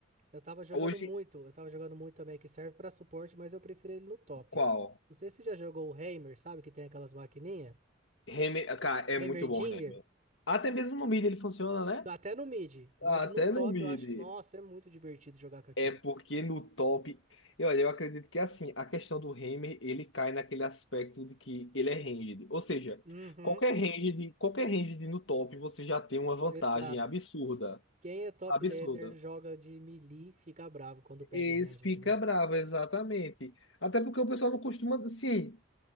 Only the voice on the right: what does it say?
Eu tava jogando
muito, eu tava jogando muito também, que serve pra suporte, mas eu prefiro ele no top.
Não sei se você já jogou o Heimer, sabe? Que tem aquelas maquininhas.
Heimerdinger.
Até no mid, mas
no top
eu acho, nossa, é muito divertido jogar com aquilo.
Uhum.
Exato.
Quem é top
laner joga de melee, fica bravo quando pega
o ranged,
né?